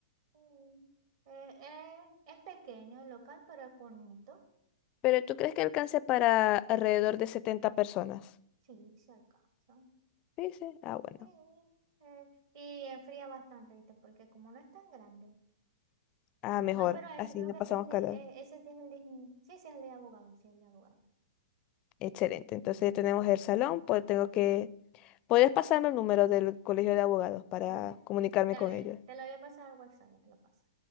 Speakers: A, on the right; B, on the left.
A: Mm. Eh, eh, es pequeño el local, pero es bonito.
B: Pero ¿tú crees que alcance para alrededor de 70 personas?
A: Sí, se alcanza.
B: Sí, sí. Ah, bueno.
A: Sí, eh, y enfría bastante, ¿viste? Porque como no es tan grande.
B: Ah, mejor.
A: No, pero ese
B: Así
A: creo
B: no
A: que
B: pasamos
A: ese es el de,
B: calor.
A: eh, ese sí es el de, sí, ese es el de abogado, sí, el de abogado.
B: Excelente. Entonces ya tenemos el salón, pues tengo que... ¿Podrías pasarme el número del colegio de abogados para
A: Dale,
B: comunicarme
A: dale,
B: con ellos?
A: te lo voy a pasar al WhatsApp, ya te lo paso.